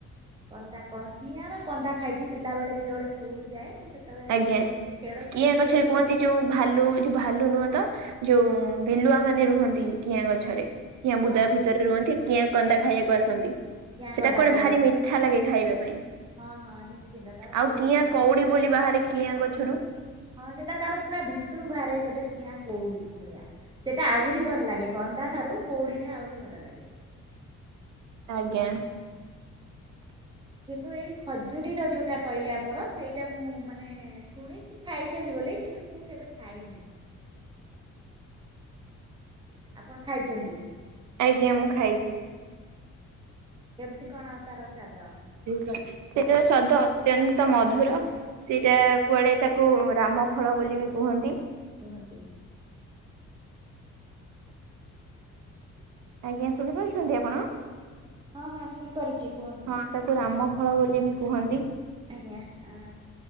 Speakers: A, on the right; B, on the right.
A: କନ୍ଦା କହ କିଆଁର କନ୍ଦା ଖାଇଛି ପିଲା ବେଳେ ଯେତେବେଳେ ସ୍କୁଲ ଯାଏ ତ ସେତେବେଳେ
B: ଆଜ୍ଞା
A: ଯେତେବେଳେ ଖେଳ ଛୁଟି
B: କିଆ
A: ହୁଏ
B: ଗଛରେ କୁହନ୍ତି ଯୋଉ ଭାଲୁ ଯୋଉ ଭାଲୁ ନୁହଁ ତ ଯୋଉ ବିଲୁଆ ମାନେ ରୁହନ୍ତି କିଆଁ ଗଛରେ। କିଆଁ ବୁଦା
A: ହଁ
B: ଭିତରେ
A: ହଁ
B: ରୁହନ୍ତି କିଆଁ
A: କୁହ
B: କନ୍ଦା
A: କୁହ
B: ଖାଇବାକୁ ଆସନ୍ତି।
A: କିଆଁ
B: ସେଟା
A: କନ୍ଦା
B: କୁଆଡେ
A: ଖାଇବା
B: ଭାରି
A: ପାଇଁ
B: ମିଠା ଲାଗେ ଖାଇବା ପାଇଁ
A: ହଁ ହଁ ନିଶ୍ଚିନ୍ତ ତାର
B: ଆଉ
A: ବହୁତ
B: କିଆଁ
A: ମାନେ
B: କଉଡି ବୋଲି ବାହାରେ କିଆଁ ଗଛରୁ
A: ହଁ ସେଟା ତାର ପୁରା ଭିତରୁ ବାହାରେ କେବେ କିଆଁ କୋଉଡି ଭଳିଆ। ସେଇଟା ଆହୁରି ଭଲ ଲାଗେ କନ୍ଦା ଠାରୁ କୋଉଡି ଠା ଆହୁରି ଭଲ ଲାଗେ।
B: ଆଜ୍ଞା।
A: କିନ୍ତୁ ଏଇ ଖଜୁରୀର ଯୋଉଟା କହିଲେ ଆପଣ ସେଇଟା ମୁଁ ମାନେ ଶୁଣିଛି ଖାଇଛନ୍ତି ବୋଲି କିନ୍ତୁ ମୁଁ କେବେ ଖାଇନି। ଆପଣ ଖାଇଛନ୍ତି?
B: ଆଜ୍ଞା ମୁଁ ଖାଇଛି।
A: କେମିତି କଣା ତାରସ୍ୟାଦ?
B: ସେଟାର ସ୍ଵାଦ ଅତ୍ୟନ୍ତ ମଧୁର। ସେଇଟା କୁଆଡେ ତାକୁ ରାମ ଫଳ ବୋଲି ବି କୁହନ୍ତି।
A: ଜର ବି।
B: ଆଜ୍ଞା ଶୁଣିପାରୁଛନ୍ତି ଆପଣ?
A: ହଁ ହଁ ଶୁଣିପାରୁଛି କୁହନ୍ତୁ।
B: ହଁ ତାକୁ ରାମ ଫଳ ବୋଲି ବି କୁହନ୍ତି।
A: ଆଜ୍ଞା ହଁ।